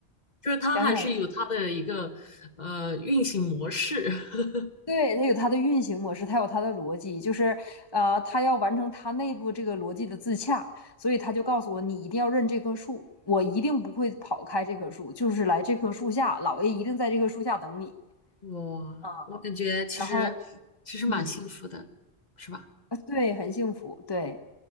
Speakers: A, on the left (about 40°); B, on the left (about 25°).
A: 就是它还是有它的一个呃运行模式。
B: 想想，
A: <laughs>
B: 对，它有它的运行模式，它有它的逻辑，就是呃，它要完成它内部这个逻辑的自洽，所以他就告诉我，你一定要认这棵树，我一定不会跑开这棵树，就是来这棵树下，老爷一定在这棵树下等你。
A: 哇，
B: 啊。
A: 我感觉其实其实蛮幸福的，
B: 嗯然后，嗯，
A: 是吧？
B: 啊对，很幸福。对